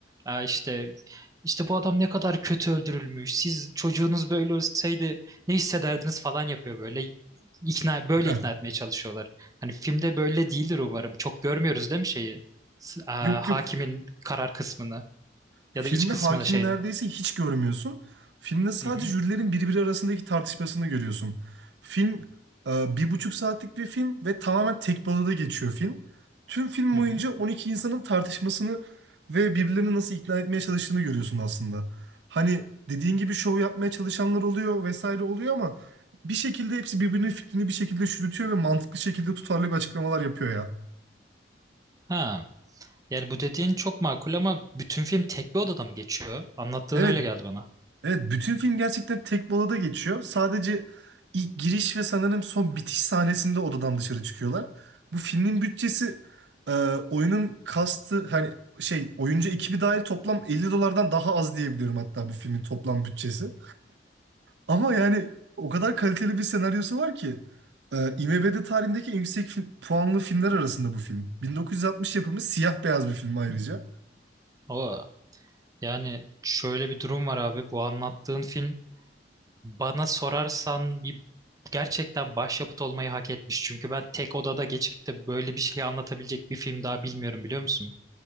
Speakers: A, on the right (about 20°); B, on the right (about 70°).
A: Ee, işte işte bu adam ne kadar kötü öldürülmüş. Siz çocuğunuz böyle ölseydi ne hissederdiniz falan yapıyor böyle. İkna, böyle
B: ha
A: ikna etmeye çalışıyorlar. Hani filmde böyle değildir umarım. Çok görmüyoruz değil mi şeyi? S- aa,
B: yok
A: hakimin
B: yok
A: karar kısmını
B: Filmde
A: ya da iç kısmını
B: hakimi
A: şeyin.
B: neredeyse hiç görmüyorsun. Filmde sadece
A: Hı hı,
B: jürilerin birbiri arasındaki tartışmasını görüyorsun. Film e, bir buçuk saatlik bir film ve tamamen tek bir odada geçiyor film. Tüm film
A: hı
B: boyunca
A: hı.
B: 12 insanın tartışmasını ve birbirlerini nasıl ikna etmeye çalıştığını görüyorsun aslında. Hani dediğin gibi şov yapmaya çalışanlar oluyor vesaire oluyor ama bir şekilde hepsi birbirinin fikrini bir şekilde çürütüyor ve mantıklı şekilde tutarlı bir açıklamalar yapıyor ya.
A: Ha, yani bu dediğin çok makul ama bütün film tek bir odada mı geçiyor? Anlattığın
B: Evet
A: öyle geldi bana.
B: Evet, bütün film gerçekten tek bir odada geçiyor. Sadece ilk giriş ve sanırım son bitiş sahnesinde odadan dışarı çıkıyorlar. Bu filmin bütçesi e, oyunun kastı hani şey oyuncu ekibi dahil toplam 50 dolardan daha az diyebiliyorum hatta bu filmin toplam bütçesi. Ama yani o kadar kaliteli bir senaryosu var ki e, IMDb tarihindeki en yüksek film- puanlı filmler arasında bu film. 1960 yapımı siyah beyaz bir film ayrıca.
A: Oo, yani şöyle bir durum var abi. Bu anlattığın film bana sorarsan bir gerçekten başyapıt olmayı hak etmiş. Çünkü ben tek odada geçip de böyle bir şey anlatabilecek bir film daha bilmiyorum biliyor musun?